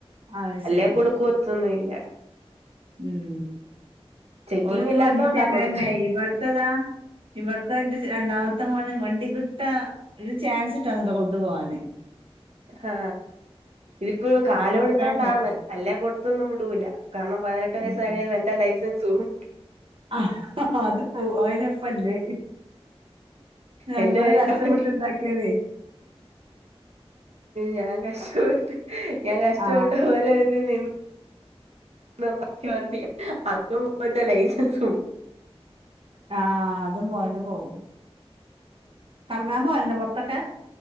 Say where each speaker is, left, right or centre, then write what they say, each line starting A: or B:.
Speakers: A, on the right (about 60°); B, on the right (about 85°).
A: അത്
B: അല്ലേ
A: ശരി
B: കൊടുക്കുവത്തൊന്നുല്ല.
A: ഉം
B: ചെക്കിങ്
A: ഓൽക്ക്
B: ഇല്ലാത്തോണ്ടാ
A: വണ്ടിട്ടിയാ അങ്ങനെന്നായി
B: കൊടുത്തെ
A: ഇബട്ത്തതാ ഇവട്ത്തെ എന്റെ ചെ രണ്ടാമത്തെ മോന് വണ്ടി കിട്ടാ ൽ ചാൻസ് <unintelligible> കൊണ്ടു പോവാന്.
B: ആ ഇതിപ്പോ കാലം
A: ഞാൻ കൊടുക്കലില്ല
B: എടുത്തോണ്ടാണ് അല്ല കൊടുത്തൊന്നും വിടൂല. കാരണം പതിനെട്ട് വയസ്സായ
A: ഉം
B: അത് എന്റെ ലൈസൻസ് പോവും
A: ആ അത് പോവും അതെന്നെപ്പല്ലേ നമ്മള്
B: എന്റെ പേരിലാ
A: കഷ്ടപ്പെട്ടിണ്ടാക്കിയതെ
B: വണ്ടി ഞാൻ കഷ്ടപ്പെട്ട് ഞാൻ കഷ്ടപ്പെട്ട
A: ആ
B: ഓരോ ഇത് നി ഞാണ്ടാക്കിയ വണ്ടിയാ അതും പോകും എന്റെ ലൈസൻസും പോ
A: ആഹ അതും പോവാ <unintelligible> പോകും. കറങ്ങാ പോല്ന്റെ പൊർത്തൊക്കെ